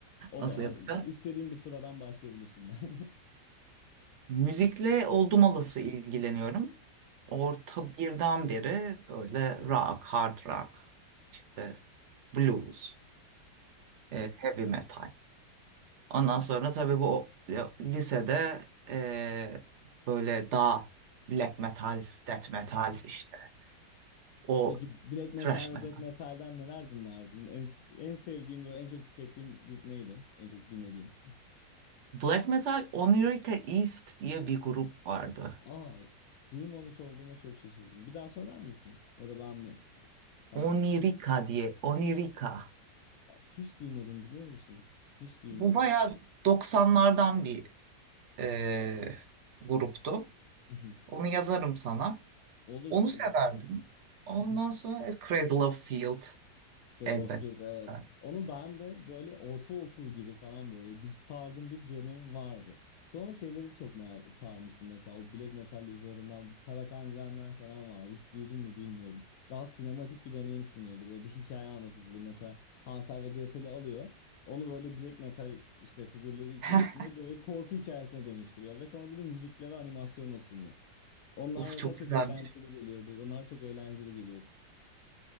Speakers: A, on the left; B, on the right.
A: O
B: Nasıl
A: zaman
B: yapacağım?
A: istediğin bir sıradan başlayabilirsin bence.
B: Müzikle oldum olası ilgileniyorum. Orta birden beri böyle rock, hard rock, işte blues, e, heavy metal. Ondan sonra tabii bu o- ya, lisede e, böyle daha black metal,
A: <laughs>
B: death metal işte o
A: Peki black metal
B: thrash
A: ve
B: metal.
A: death metal'den neler dinlerdin? En, en sevdiğin böyle en çok tükettiğin grup neydi? En çok dinlediğin?
B: Black metal Onirica East diye bir grup vardı.
A: Aa, duymamış olduğuma çok şaşırdım. Bir daha söyler misin? Ya da ben mi tam
B: Onirica
A: anlayamadım.
B: diye, Onirica.
A: Aa, Hiç duymadım biliyor musun? Hiç duymadım.
B: Bu bayağı 90'lardan bir e, gruptu.
A: <laughs>
B: Onu yazarım sana.
A: Olur,
B: Onu
A: olur.
B: severdim. Ondan
A: <laughs>
B: sonra e, Cradle of Field
A: Cradle
B: elbette.
A: of Filth, evet.
B: Yani,
A: Onu ben de böyle ortaokul gibi falan böyle bir sardım bir dönem vardı. Sonra şeyleri çok merak sarmıştım mesela o black metal üzerinden bu Karakan falan vardı. Hiç duydun mu bilmiyorum. Daha sinematik bir deneyim sunuyordu. Böyle bir hikaye anlatıcılığı mesela Hansel ve Gretel'i alıyor. Onu böyle black metal işte figürleri içerisinde
B: <laughs>
A: böyle korku hikayesine dönüştürüyor ve sana bunu müzikle ve animasyonla sunuyor. Onlar
B: Of
A: mesela
B: çok
A: çok
B: güzelmiş.
A: eğlenceli geliyordu. Onlar çok eğlenceli geliyordu.